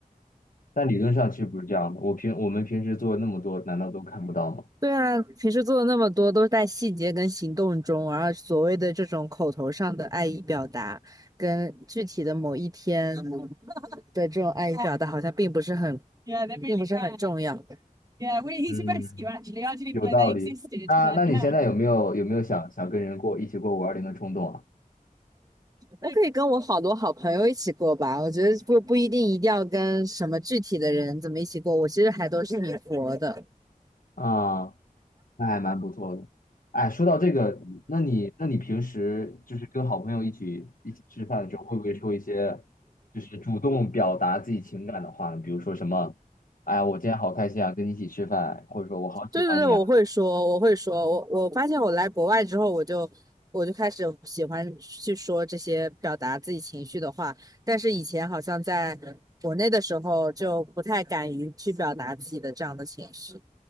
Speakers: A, on the left; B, on the right.
A: 但理论上其实不是这样的。我平我们平时做那么多，难道都看不到吗？
B: 对啊，平时做的那么多，都是在细节跟行动中，而所谓的这种口头上的爱意表达，跟具体的某一天的这种爱意表达，好像并不是很 <laughs>，并 really 不 really 是很 rare. 重要。Yeah, we, he's
A: 嗯，
B: a rescue actually. I didn't
A: 有道理。
B: even know they existed,
A: 那那你现在有没有有没有想想跟人过一起过五二零的冲动啊？
B: but yeah. 我可以跟我好多好朋友一起过吧，我觉得不不一定一定要跟什么具体的人怎么一起过，我其实还都是挺佛的。
A: 啊，那还蛮不错的。哎，说到这个，那你那你平时就是跟好朋友一起一起吃饭的时候，会不会说一些就是主动表达自己情感的话呢？比如说什么，哎呀，我今天好开心啊，跟你一起吃饭，或者说我好喜欢你啊。
B: 对对对，我会说，我会说，我我发现我来国外之后，我就我就开始喜欢去说这些表达自己情绪的话，但是以前好像在国内的时候就不太敢于去表达自己的这样的情绪。